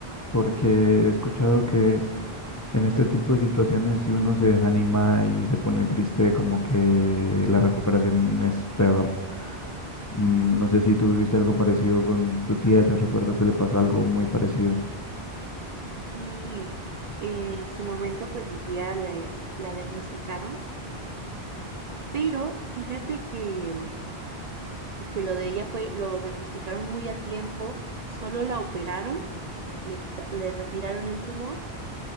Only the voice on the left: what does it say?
porque he escuchado que en este tipo de situaciones si uno se desanima y se pone triste, como que la recuperación es peor. Mm, No sé si tú viviste algo parecido con tu tía, yo recuerdo que le pasó algo muy parecido.